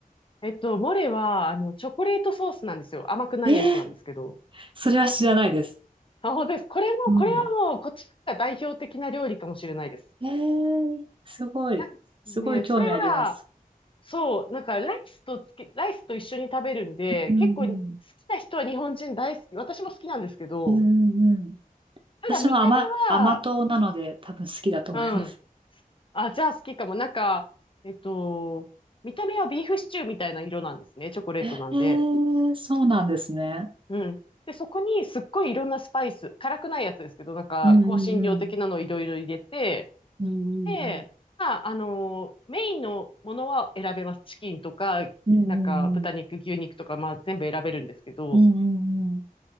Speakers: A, on the left; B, on the right.
A: えっと、モレは、あの、チョコレートソースなんですよ。甘くないやつなんですけど。
B: えー、それは知らないです。
A: あ、本当です。これも、
B: うん。
A: これはもう、こっちが代表的な料理かもしれないです。
B: ええすごい、
A: なんかね、
B: すごい興味あります。
A: それは、そう、なんかライスとつけ、ライスと一緒に食べるんで、
B: うん
A: 結構好きな人は日本人大好き。私も好きなんですけど、
B: うん、うんうん。
A: ただ見た目は、
B: 私も甘、甘党なので多分好きだと思います。
A: うん。あ、じゃあ好きかも。なんか、えっと、見た目はビーフシチューみたいな色なんですね。チョコレートなんで。
B: ええそうなんですね。
A: うん。で、そこにすっごいいろんなスパイス、辛くないやつですけど、なんか、
B: うんうん
A: 香辛料的なのをいろいろ入れて、
B: うん。
A: で、まあ、あの、メインのものは選べます。チキンとか、
B: うんう
A: なんか豚肉、
B: んうん。
A: 牛肉とか、まあ全部選べるんですけど、
B: うんうんうん。